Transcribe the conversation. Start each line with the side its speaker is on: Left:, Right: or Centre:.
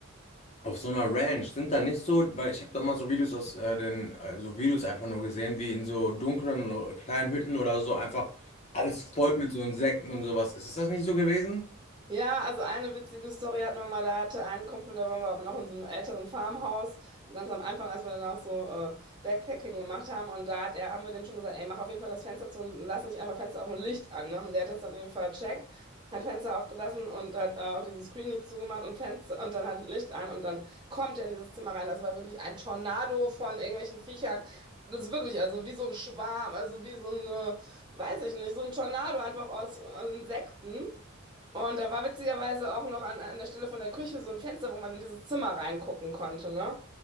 Left: Auf so einer Ranch sind da nicht so, weil ich habe da mal so Videos aus äh, den, äh, so Videos einfach nur gesehen, wie in so dunklen äh, kleinen Hütten oder so einfach alles voll mit so Insekten und sowas. Ist das nicht so gewesen?
Right: Ja, also eine witzige Story hatten wir mal, da hatte ein Kumpel, da waren wir aber noch in so einem älteren Farmhaus, So ganz am Anfang, als wir dann auch so äh, Backpacking gemacht haben und da hat er, haben wir dem schon gesagt, ey, mach auf jeden Fall das Fenster zu und lass nicht einfach Fenster auf und Licht an, ne? Und der hat das dann irgendwie vercheckt, hat Fenster aufgelassen und hat äh, auch diesen Screen nicht zugemacht und Fenster und dann hat Licht an und dann kommt er in dieses Zimmer rein. Das war wirklich ein Tornado von irgendwelchen Viechern. Das ist wirklich, also wie so ein Schwarm, also wie so eine, weiß ich nicht, so ein Tornado einfach aus äh, Insekten. Und da war witzigerweise auch noch an, an der Stelle von der Küche so ein Fenster, wo man in dieses Zimmer reingucken konnte, ne?